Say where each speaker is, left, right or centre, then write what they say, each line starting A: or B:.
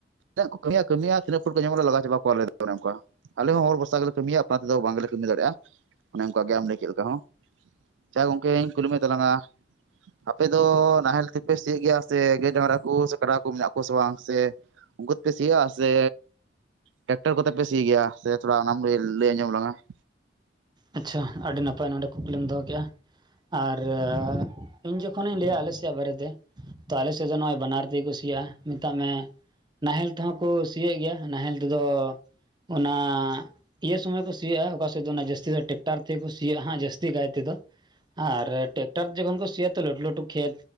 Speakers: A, on the right; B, on the right.
A: ᱛᱤᱱᱟᱹᱜ ᱠᱚ ᱠᱟᱹᱤᱭᱟ ᱠᱟᱹᱢᱤᱭᱟ ᱛᱤᱱᱟᱹ ᱯᱚᱨ ᱠᱚ ᱧᱟᱢᱚᱜᱼᱟ ᱞᱟᱜᱟᱣ ᱪᱟᱵᱟ ᱠᱚᱟᱞᱮ ᱫᱚ ᱚᱱᱮ ᱚᱝᱠᱟ ᱾ ᱟᱞᱮ ᱦᱚᱸ ᱦᱚᱲ ᱵᱷᱚᱨᱥᱟ ᱜᱮᱞᱮ ᱠᱟᱹᱢᱤᱭᱟ ᱟᱯᱱᱟ ᱛᱮᱫᱚ ᱵᱟᱝᱜᱞᱮ ᱠᱟᱹᱢᱤ ᱫᱟᱲᱮᱭᱟᱜᱼᱟ, ᱚᱱᱮ ᱚᱱᱠᱟ ᱜᱮᱢ ᱞᱟᱹᱭ ᱠᱮᱫ ᱞᱮᱠᱟ ᱦᱚᱸ ᱾ ᱪᱟ ᱜᱚᱝᱠᱮᱧ ᱠᱩᱞᱤ ᱢᱮ ᱛᱟᱞᱟᱝᱟ ᱾ ᱟᱯᱮ ᱫᱚ ᱱᱟᱦᱮᱞ ᱛᱮᱯᱮ ᱥᱤ ᱜᱮᱭᱟ ᱥᱮ ᱜᱟᱹᱭ ᱰᱟᱝᱜᱨᱟ ᱠᱚ ᱥᱮ ᱠᱟᱰᱟ ᱠᱚ ᱢᱮᱱᱟᱜ ᱠᱚ ᱥᱮ ᱵᱟᱝ ᱥᱮ ᱩᱱᱠᱩ ᱯᱮ ᱥᱤᱭᱟ ᱥᱮ ᱴᱮᱠᱴᱚᱨ ᱠᱚ ᱛᱮᱯᱮᱥᱤ ᱜᱮᱭᱟ, ᱥᱮ ᱛᱷᱚᱲᱟᱱᱟᱢ ᱞᱟᱹᱭ ᱞᱟᱹᱭ ᱟᱧᱡᱚᱢ ᱞᱟᱝᱟ ᱾
B: ᱟᱪᱪᱷᱟ ᱟᱹᱰᱤ ᱱᱟᱯᱟᱭ ᱱᱚᱰᱮ ᱠᱩᱠᱞᱤᱢ ᱫᱚᱦᱚ ᱠᱮᱜᱼᱟ ᱾ ᱟᱨ ᱤᱧ ᱡᱚᱠᱷᱚᱱᱤᱧ ᱞᱟᱹᱭᱟ ᱟᱞᱮ ᱥᱮᱭᱟᱜ ᱵᱟᱨᱮᱛᱮ ᱛᱚ ᱟᱞᱮ ᱥᱮᱫ ᱫᱚ ᱱᱚᱜᱼᱚᱭ ᱵᱟᱱᱟᱨ ᱛᱮᱠᱚ ᱥᱤᱭᱟ ᱢᱮᱛᱟᱜ ᱢᱮ ᱱᱟᱦᱮᱞ ᱛᱮᱦᱚᱸ ᱠᱚ ᱥᱤᱭᱮᱫ ᱜᱮᱭᱟ ᱱᱟᱦᱮᱞ ᱛᱮᱫᱚ ᱚᱱᱟ, ᱤᱭᱟᱹ ᱥᱩᱢᱚᱭ ᱠᱚ ᱥᱤᱭᱟ ᱚᱠᱟ ᱥᱮᱫ ᱫᱚ ᱚᱱᱟ ᱡᱟᱹᱥᱛᱤ ᱫᱚ ᱴᱮᱠᱴᱟᱨ ᱛᱮᱜᱠᱚ ᱥᱤᱭᱟ ᱦᱟᱸᱜ ᱡᱟᱹᱥᱛᱤ ᱠᱟᱭ ᱛᱮᱫᱚ ᱾ ᱟᱨ ᱴᱮᱠᱴᱟᱨ ᱡᱚᱠᱷᱚᱱ ᱠᱚ ᱥᱤᱭᱟ ᱛᱚ ᱞᱟᱹᱴᱩ ᱞᱟᱹᱴᱩ ᱠᱷᱮᱛ